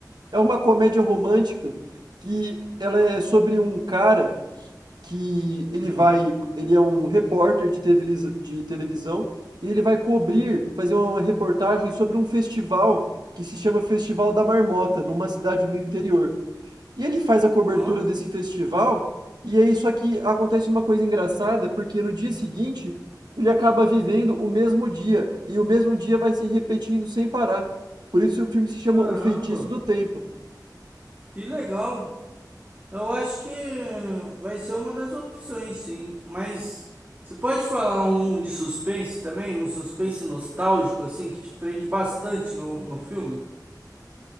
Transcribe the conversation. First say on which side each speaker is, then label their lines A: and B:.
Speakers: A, on the right; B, on the right.
A: É uma comédia romântica que ela é sobre um cara que ele
B: Hum.
A: vai, ele é um repórter de televis- de televisão e ele vai cobrir, fazer uma reportagem sobre um festival que se chama Festival da Marmota, numa cidade do interior. E ele faz a cobertura
B: Nossa,
A: desse festival e aí só que acontece uma coisa engraçada, porque no dia seguinte ele acaba vivendo o mesmo dia e o mesmo dia vai se repetindo sem parar. Por isso o filme se chama
B: caramba,
A: O Feitiço do Tempo.
B: que legal. Eu acho que vai ser uma das opções, sim. Mas você pode falar um de suspense também? Um suspense nostálgico, assim, que te prende bastante no, no filme?